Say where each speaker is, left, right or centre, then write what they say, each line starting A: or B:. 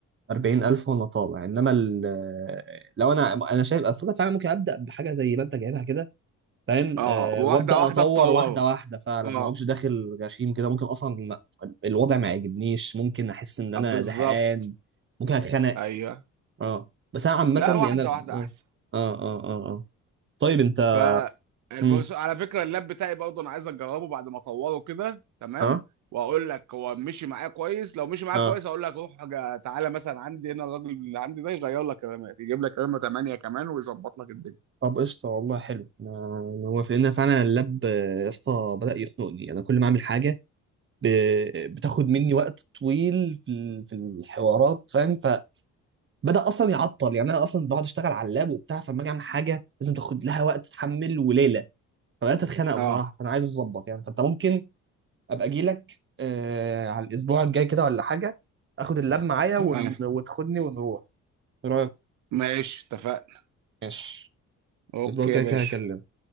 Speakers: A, on the right; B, on the right.
A: 40000 وانا طالع انما ال- لو انا انا شايف اصل أنا فعلا ممكن ابدا بحاجه زي ما انت جايبها كده فاهم
B: اه
A: آه
B: واحده
A: وابدا
B: واحده
A: اطور
B: تطوره
A: واحده واحده فعلا
B: اه
A: ما اقومش داخل غشيم كده ممكن اصلا ما- الوضع ما يعجبنيش ممكن احس ان انا
B: بالظبط
A: زهقان ممكن اتخنق
B: ايوه
A: اه بس انا عامه
B: لا
A: يعني
B: واحده
A: انا
B: واحده
A: اه
B: احسن
A: اه اه اه, آه. طيب انت
B: فالبروس
A: مم.
B: على فكره اللاب بتاعي برضه انا عايز اجربه بعد ما اطوره كده تمام
A: اه
B: واقول لك هو مشي معايا كويس لو مشي معايا
A: اه
B: كويس اقول لك روح جا- تعالى مثلا عندي هنا الراجل اللي عندي ده يغير لك رامات يجيب لك رامه 8 كمان ويظبط لك الدنيا
A: طب قشطه والله حلو انا أنا هو في ان فعلا اللاب آه، يا اسطى بدا يخنقني انا كل ما اعمل حاجه ب... بتاخد مني وقت طويل في ال- في الحوارات فاهم بدأ أصلا يعطل يعني أنا أصلا بقعد أشتغل على اللاب وبتاع فلما أجي أعمل حاجة لازم تاخد لها وقت تتحمل وليلة فبدأت أتخانق
B: اه
A: بصراحة فأنا عايز أظبط يعني فأنت ممكن أبقى أجي لك آه على الأسبوع الجاي كده ولا حاجة آخد اللاب معايا
B: تمام
A: ون... وتاخدني ونروح إيه رأيك؟
B: ماشي اتفقنا
A: ماشي
B: اوكي
A: الأسبوع الجاي
B: يا باشا
A: كده هكلمك